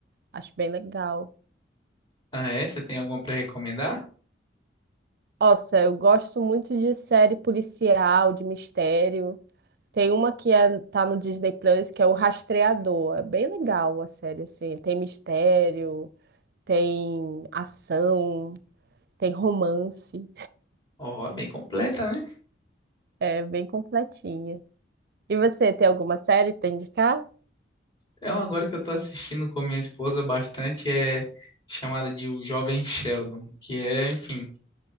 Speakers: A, on the right (about 60°); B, on the left (about 25°).
A: Acho bem legal.
B: Ah, é? Você tem alguma pra recomendar?
A: Nossa, eu gosto muito de série policial, de mistério. Tem uma que é, tá no Disney Plus, que é o Rastreador. É bem legal a série, assim. Tem mistério, tem ação, tem romance.
B: Ó, é bem completa, né?
A: É bem completinha. E você, tem alguma série para indicar?
B: É uma agora que eu tô assistindo com minha esposa bastante, é chamada de O Jovem Sheldon, que é, enfim.